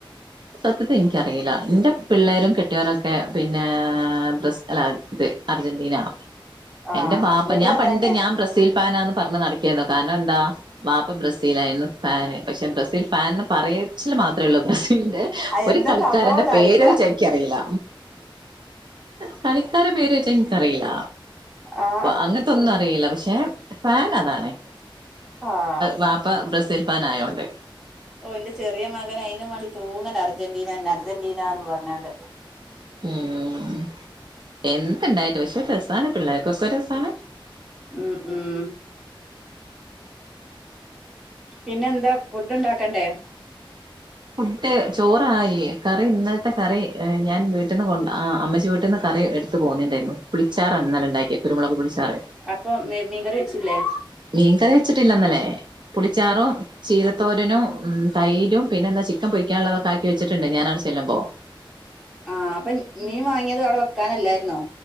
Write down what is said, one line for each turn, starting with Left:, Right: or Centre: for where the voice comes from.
Right: സത്യത്തിൽ
Centre: ഉം
Right: ഇൻക്കറിയില്ല ന്റെ പിള്ളേരും കെട്ടിയോ നൊക്കെ പിന്നെ ബ്രസി അല്ല ഇത് അർജന്റീന
Centre: ആഹ്
Right: എന്റെ പാപ്പ
Centre: ഇവിടെയും
Right: ഞാ
Centre: അത്
Right: പണ്ട്
Centre: തന്നെ
Right: ഞാൻ ബ്രസീൽ പാനാ ന്ന് പറഞ്ഞ് നട കാരണം എന്താ ബാപ്പ ബ്രസീൽ യായിരുന്നു പാന് പക്ഷെ ബ്രസീൽ പാൻ ന്ന് പറയച്ചിൽ മാത്രേ ള്ളൂ ബ്രസീലിന്റെ
Centre: ആ
Right: ഒരു
Centre: എന്താ
Right: കളിക്കാരന്റെ
Centre: സംഭവംന്ന്
Right: പേര്
Centre: അറിയില്ല
Right: യ്ച്ചാ ഇ ക്യ റീല്ല കളിക്കാര പേര് യ്ച്ചാ ഇൻക്കറീല്ല
Centre: ആഹ്
Right: അങ്ങൻ തൊന്നും അറിയില്ല പക്ഷെ ഫാൻ അതാണ്
Centre: ആഹ്
Right: വാപ്പ ബ്രസീൽ പാൻ ആ യോ ണ്ട്
Centre: ഓ ഇന്റെ ചെറിയെ മകൻ അയിനു വാണ്ടി തൂങ്ങല അർജന്റീന അർജന്റീനാ ന്നും പറ്ഞ്ഞാണ്ട്
Right: ഉം എന്ത്ണ്ടായിട്ട് പക്ഷെ രസാണ് പിള്ളേർക്കൊക്കെ രസാണ്
Centre: ഉം ഉം പിന്നെ എന്താ ഫുഡ് ഉണ്ടാക്കണ്ടേ
Right: ഫുഡ് ചോറായി കറി ഇന്നൽത്തെ കറി ഞാൻ വി ട്ട്ന്ന് കൊ ആ അമ്മ ച്ചിവീട്ട്ന്ന് കറി എടുത്ത് പോന്നി ണ്ടേരുന്നു പുളിച്ചാറാ ഇന്നലെ ണ്ടാക്കിയെ കുരുമുളക് പുളിച്ചാറ്
Centre: അപ്പൊ മീ മീങ്കറി വെച്ചില്ലേ
Right: മീൻകറി വച്ചിട്ടില്ല ഇന്നല്ലേ പുളിച്ചാറും ചീരത്തോരനും ഉം തൈരും പിന്നെന്താ ചിക്കൻ പൊരിക്കാൻള്ള തൊക്കെ ആക്കി വെച്ചിട്ടുണ്ടേഞാനാ ണ്ട്ചെല്ലുമ്പം
Centre: ആഹ് അപ്പം മീൻ വാങ്ങിയത് അവിടെ വെക്കാനല്ലായിരുന്നോ